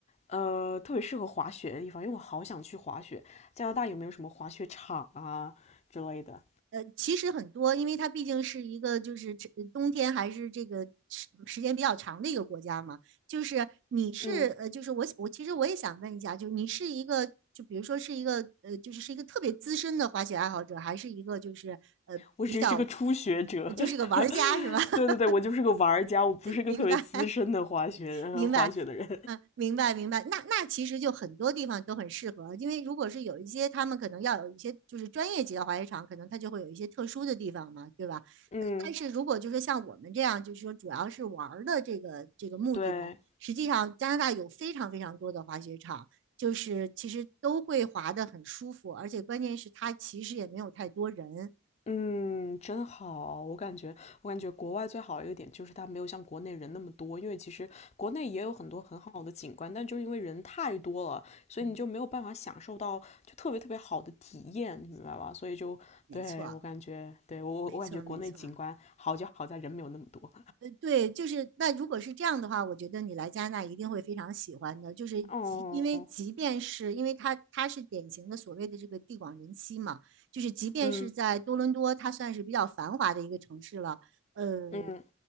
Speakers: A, on the left; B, on the right.
A: 呃特别适合滑雪的地方？因为我好想去滑雪。加拿大有没有什么滑雪场啊之类的？
B: 呃，其实很多，因为它毕竟是一个就是这呃冬天还是这个时时间比较长的一个国家嘛。就是你是呃，
A: 嗯。
B: 就是我我其实我也想问一下，就是你是一个就比如说是一个呃，就是是一个特别资深的滑雪爱好者，还是一个就是呃比较
A: 我只是个初学者。
B: 呃就是一个玩家是吧？
A: <laughs>
B: <laughs>
A: 对对对，我就是个玩家，我不是个特别资深的滑雪
B: 明白。明白，
A: <laughs> 滑雪的人。
B: 嗯，明白明白。那那其实就很多地方都很适合，因为如果是有一些他们可能要有一些就是专业级的滑雪场，可能它就会有一些特殊的地方嘛，对吧？
A: 嗯，
B: 呃，但是如果就是像我们这样，就是说主要是玩儿的这个这个目的呢，
A: 对，
B: 实际上加拿大有非常非常多的滑雪场，就是其实都会滑得很舒服，而且关键是它其实也没有太多人。
A: 嗯，真好。我感觉，我感觉国外最好的一个点就是它没有像国内人那么多，因为其实国内也有很多很好的景观，但就是因为人太多了，所以你就没有办法享受到就特别特别好的体验，
B: 嗯，
A: 你明白吧？所以就对我感觉，
B: 没错，
A: 对我我我感觉国内景观好就好在人没有那么多。
B: 没错，没错。呃，对，就是那如果是这样的话，我觉得你来加拿大一定会非常喜欢的。就是即因为即便是因为它它是典型的所谓的这个地广人稀嘛，
A: <laughs> 哦，
B: 就是即便是在多伦多，
A: 嗯
B: 它算是比较繁华的一个城市了。呃，
A: 嗯